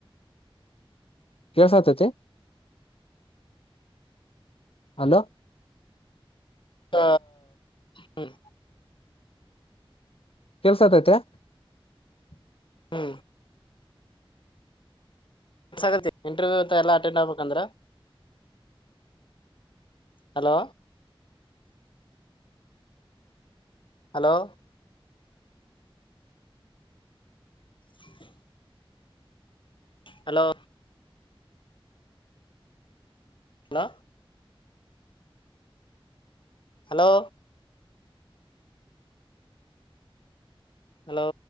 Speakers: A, on the left; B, on the left.
A: ಕ ಸಾಧ್ಯತೆ ಹಲೋ
B: ಹ ಹ್ಮ್
A: ಕೇಳ್ಸತೈತೆ <unintelligible>
B: ಹಾ ಗ ಇಂಟರ್ವ್ಯೂ ಎಾ ಅಟೆಂಡ್ ಆಗ್ಬೇಕಂದ್ರ hello hello <inaudible> hello hello hello hello